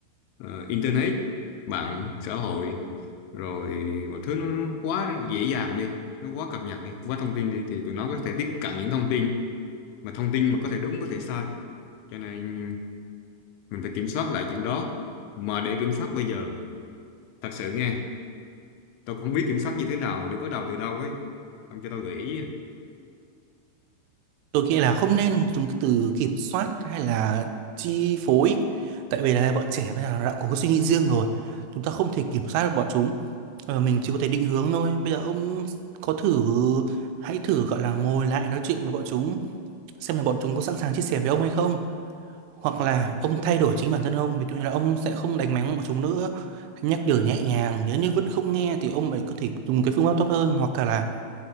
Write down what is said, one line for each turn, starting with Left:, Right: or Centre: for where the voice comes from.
Left: ờ, internet mạng xã hội rồi một thứ nó, nó quá dễ dàng đi nó quá cập nhật đi quá thông tin đi thì tụi nó có thể tiếp cận những thông tin mà thông tin mà có thể đúng có thể sai cho nên mình phải kiểm soát lại chuyện đó mà để kiểm soát bây giờ thật sự nghe tôi không biết kiểm soát như thế nào để bắt đầu từ đâu ấy ông cho tôi gợi ý à.
Right: Tôi nghĩ là không nên dùng cái từ kiểm soát hay là chi phối, tại vì là bọn trẻ bây giờ nó đã có cái suy nghĩ riêng rồi, chúng ta không thể kiểm soát được bọn chúng, Ờ, mình chỉ có thể định hướng thôi. Bây giờ ông có thử hãy thử gọi là ngồi lại nói chuyện với bọn chúng xem là bọn chúng có sẵn sàng chia sẻ với ông hay không hoặc là ông thay đổi chính bản thân ông ví dụ như là ông sẽ không đánh mắng bọn chúng nữa nhắc nhở nhẹ nhàng nếu như vẫn không nghe thì ông ấy có thể dùng cái phương pháp tốt hơn hoặc là